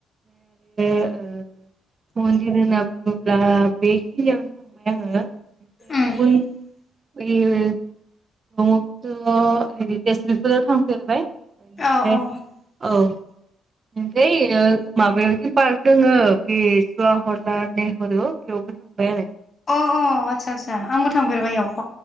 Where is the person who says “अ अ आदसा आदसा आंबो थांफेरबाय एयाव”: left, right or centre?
Left